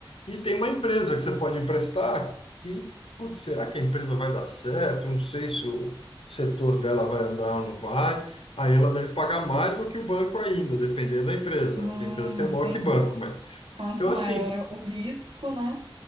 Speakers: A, on the left; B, on the right.
A: E tem uma empresa que você pode emprestar que, putz, será que a empresa vai dar certo? Não sei se o setor dela vai andar ou não vai. Aí ela deve pagar mais do que o banco ainda, dependendo da empresa,
B: Hum,
A: né? Tem empresa que é maior
B: entendi.
A: que banco, mas...
B: Quanto
A: Então,
B: maior
A: assim,
B: o risco, né?